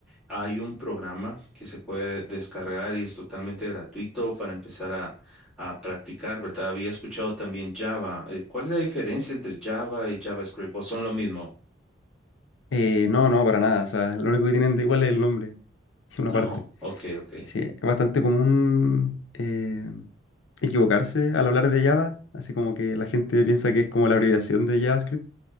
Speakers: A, in the centre; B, on the left (about 70°).
A: hay un programa que se puede descargar y es totalmente gratuito para empezar a, a practicar, ¿verdad? Había escuchado también Java. Eh, ¿Cuál es la diferencia entre Java y JavaScript? ¿O son lo mismo?
B: Eh, no, no, para nada. O sea, lo único que tienen de igual es el nombre, <laughs> una
A: Ajá,
B: parte.
A: ok, ok.
B: Sí, es bastante común eh, equivocarse al hablar de Java, así como que la gente piensa que es como la abreviación de JavaScript,